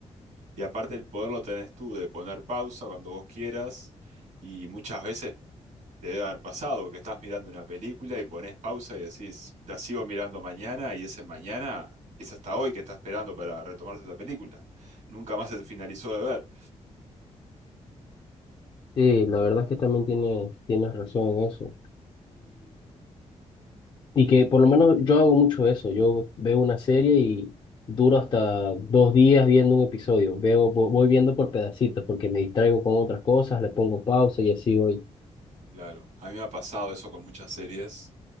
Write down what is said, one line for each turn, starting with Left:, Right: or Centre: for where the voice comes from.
Right: Y aparte el poder lo tenés tú de poner pausa cuando vos quieras y muchas veces Te debe haber pasado que estás mirando una película y pones pausa y decís, la sigo mirando mañana y ese mañana es hasta hoy que está esperando para retomarse la película. Nunca más se finalizó de ver.
Left: Sí, la verdad es que también tiene, tienes razón en eso. Y que por lo menos yo hago mucho eso. Yo veo una serie y duro hasta dos días viendo un episodio. Veo, vo- voy viendo por pedacitos porque me distraigo con otras cosas, le pongo pausa y así voy.
Right: Claro, a mí me ha pasado eso con muchas series